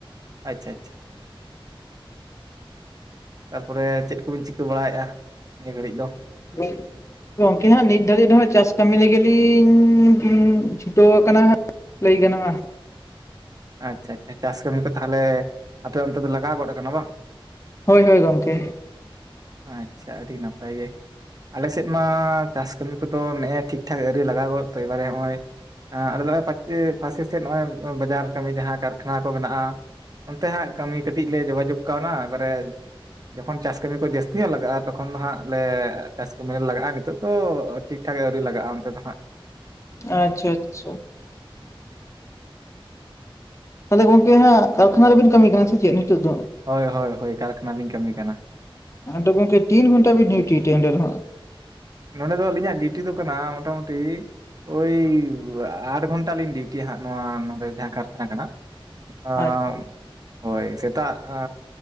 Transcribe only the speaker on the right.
ᱟᱪᱪᱷᱟ ᱟᱪᱪᱷᱟ ᱾ ᱛᱟᱨᱯᱚᱨᱮ ᱪᱮᱫ ᱠᱚᱵᱤᱱ ᱪᱤᱠᱟᱹ ᱵᱟᱲᱟᱭᱮᱜ-ᱟ ᱱᱤᱭᱟᱹ ᱜᱷᱟᱹᱲᱤᱡ ᱫᱚ?
ᱟᱪᱪᱷᱟ ᱟᱪᱪᱷᱟ, ᱪᱟᱥ ᱠᱟᱹᱢᱤ ᱠᱚ ᱛᱟᱦᱚᱞᱮ ᱟᱯᱮ ᱚᱱᱛᱮ ᱫᱚ ᱞᱟᱜᱟᱣ ᱜᱚᱫ ᱟᱠᱟᱱᱟ ᱵᱟᱝ?
ᱟᱪᱪᱷᱟ ᱟᱹᱰᱤ ᱱᱟᱯᱟᱭ ᱜᱮ ᱾ ᱟᱞᱮ ᱥᱮᱫ ᱢᱟ ᱪᱟᱥ ᱠᱟᱹᱢᱤ ᱠᱚᱫᱚ ᱱᱮᱜ-ᱮ ᱴᱷᱤᱠ ᱴᱷᱟᱠ ᱟᱹᱣᱨᱤ ᱞᱟᱜᱟᱣ ᱜᱚᱫ ᱛᱚ ᱮᱵᱟᱨᱮ ᱦᱚᱸᱜ-ᱚᱭ ᱟ ᱟᱞᱮ ᱫᱚ ᱦᱚᱜ-ᱚᱭ ᱯᱟᱪᱮ ᱯᱟᱥᱮ ᱥᱮᱫ ᱱᱚᱜ-ᱚᱭ ᱵᱟᱡᱟᱨ ᱠᱟᱹᱢᱤ ᱡᱟᱦᱟᱸ ᱠᱟᱨᱠᱷᱟᱱᱟ ᱠᱚ ᱢᱮᱱᱟᱜ-ᱟ ᱚᱱᱛᱮ ᱦᱟᱸᱜ ᱠᱟᱹᱢᱤ ᱠᱟᱹᱴᱤᱡ ᱞᱮ ᱡᱳᱜᱟᱡᱳᱜᱽ ᱠᱟᱣᱱᱟ, ᱮᱵᱟᱨᱮ ᱡᱚᱠᱷᱚᱱ ᱪᱟᱥ ᱠᱟᱹᱢᱤ ᱠᱚ ᱡᱟᱹᱥᱛᱤ ᱧᱚᱜ ᱞᱟᱜᱟᱜ-ᱟ ᱛᱚᱠᱷᱚᱱ ᱫᱚ ᱦᱟᱸᱜ ᱞᱮ ᱪᱟᱥ ᱠᱟᱹᱢ ᱨᱮ ᱞᱟᱜᱟᱜ-ᱟ, ᱱᱤᱛᱚᱜ ᱫᱚ ᱴᱷᱤᱠ ᱴᱷᱟᱠ ᱟᱹᱣᱨᱤ ᱞᱟᱜ-ᱟ ᱚᱱᱛᱮ ᱫᱚ ᱦᱟᱜ᱾
ᱦᱳᱭ ᱦᱳᱭ ᱦᱳᱭ ᱠᱟᱨᱠᱷᱟᱱᱟ ᱞᱤᱧ ᱠᱟᱹᱢᱤ ᱠᱟᱱᱟ᱾
ᱱᱚᱸᱰᱮ ᱫᱚ ᱟᱹᱞᱤᱧᱟᱜ ᱰᱤᱭᱩᱴᱤ ᱫᱚ ᱠᱟᱱᱟ ᱢᱚᱴᱟᱢᱚᱴᱤ ᱳᱭ ᱟᱴ ᱜᱷᱚᱱᱴᱟ ᱞᱤᱧ ᱰᱭᱩᱴᱤᱭᱟ ᱦᱟᱸᱜ ᱱᱚᱣᱟ ᱱᱚᱰᱮ ᱡᱟᱦᱟᱸ ᱠᱟᱨᱠᱷᱟᱱᱟ ᱠᱟᱱᱟ᱾ ᱟᱻ
ᱦᱚᱭ ᱥᱮᱛᱟᱜ ᱟ